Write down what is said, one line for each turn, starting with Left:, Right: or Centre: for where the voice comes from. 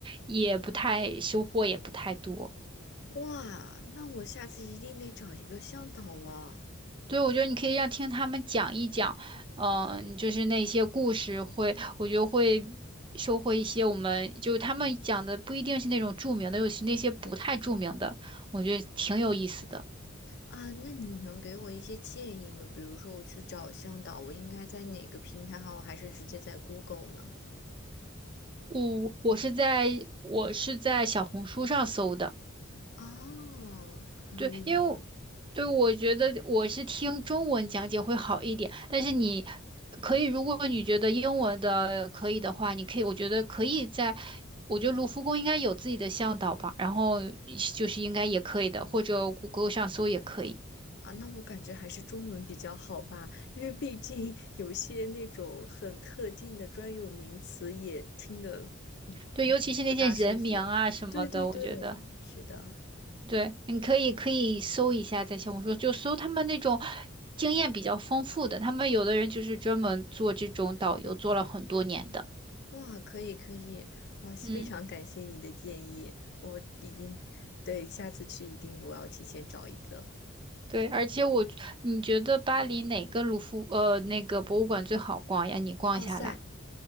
Right: 也不太收获也不太多。
Left: 哇，那我下次一定得找一个向导了
Right: 对，我觉得你可以让听他们讲一讲，嗯、就是那些故事会，我觉得会收获一些我们就是他们讲的不一定是那种著名的，尤其那些不太著名的，我觉得挺有意思的。
Left: 啊！那你能给我一些建议吗？比如说我去找向导，我应该在哪个平台好，还是直接在 Google 呢？
Right: 我我是在我是在小红书上搜的。
Left: 啊，可以。
Right: 对，因为我对我觉得我是听中文讲解会好一点，但是你可以，如果你觉得英文的可以的话，你可以，我觉得可以在，我觉得卢浮宫应该有自己的向导吧，然后就是应该也可以的，或者谷歌上搜也可以。
Left: 啊，那我感觉还是中文比较好吧，因为毕竟有些那种很特定的专有名词也听得，嗯嗯，
Right: 对，尤其是那些人名啊什么的，
Left: 不大舒服。对对对，
Right: 我觉得
Left: 是的，
Right: 对，你可以可以搜一下，在小红书就搜他们那种经验比较丰富的，他们有的人就是专门做这种导游，做了很多年的。
Left: 哇，可以可以，哇，非常感谢你的建议，
Right: 嗯。
Left: 我已经，对，下次去一定我要提前找一个
Right: 对，而且我，你觉得巴黎哪个卢浮呃那个博物馆最好逛呀？你逛下来，
Left: 奥赛，